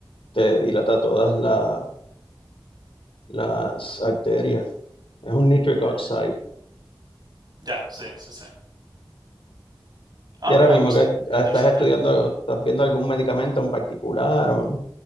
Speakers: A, on the left; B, on the right.
A: te dilata todas la- las arterias. es un nitric
B: mm,
A: oxide.
B: Ya, sí, sí, sí. Ah,
A: Y
B: mira,
A: ahora mismo
B: pues
A: que est-
B: qué
A: ah,
B: interesante.
A: estás estudiando algo, estás viendo algún medicamento en particular o